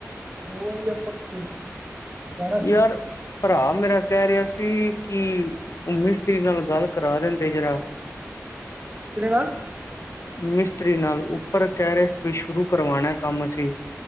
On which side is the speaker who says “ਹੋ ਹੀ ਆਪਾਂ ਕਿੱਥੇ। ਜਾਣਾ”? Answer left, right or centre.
Right